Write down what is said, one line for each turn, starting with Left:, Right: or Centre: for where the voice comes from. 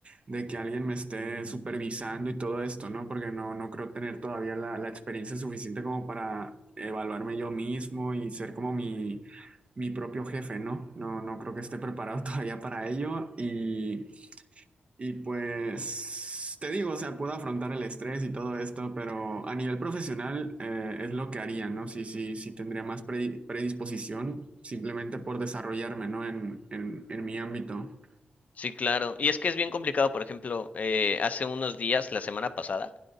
Right: de que alguien me esté supervisando y todo esto, ¿no? Porque no, no creo tener todavía la, la experiencia suficiente como para evaluarme yo mismo y ser como mi... mi propio jefe, ¿no? No, no creo que esté preparado <laughs> todavía para ello y, y pues te digo, o sea, puedo afrontar el estrés y todo esto, pero a nivel profesional eh, es lo que haría, ¿no? Sí, sí, sí tendría más predi- predisposición simplemente por desarrollarme, ¿no? En, en, en mi ámbito.
Left: Sí, claro. Y es que es bien complicado, por ejemplo, eh, hace unos días, la semana pasada,